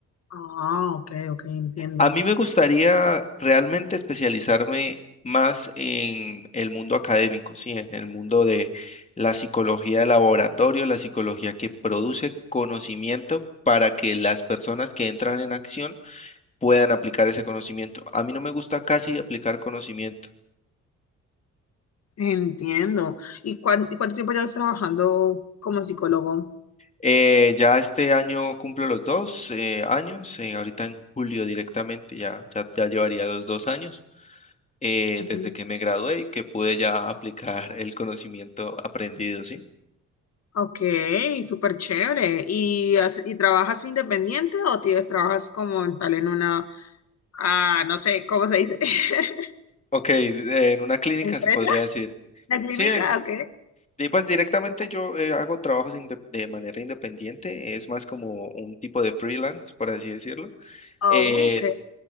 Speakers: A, on the left; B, on the left.
A: Ah, ok, ok, entiendo.
B: A mí me gustaría realmente especializarme más en el mundo académico, ¿sí? En el mundo de la psicología de laboratorio, la psicología que produce conocimiento para que las personas que entran en acción puedan aplicar ese conocimiento. A mí no me gusta casi aplicar conocimiento.
A: Entiendo. ¿Y, cuán- y cuánto tiempo llevas trabajando como psicólogo?
B: Eh, ya este año cumplo los dos eh, años, eh, ahorita en julio directamente, ya, ya, ya llevaría los dos años eh,
A: Mm,
B: desde que me gradué y que pude ya aplicar el conocimiento aprendido, ¿sí?
A: Ok, súper chévere. ¿Y, has- y trabajas independiente o tienes, trabajas como en tal en una, ah, no sé, ¿cómo se dice? <laughs>
B: Ok, eh, en una clínica
A: ¿Empresa?
B: se podría decir.
A: ¿La clínica?
B: Sí, eh,
A: Ok.
B: di- pues directamente yo eh, hago trabajos inde- de manera independiente, es más como un tipo de freelance, por así decirlo.
A: Oh,
B: Eh,
A: ok.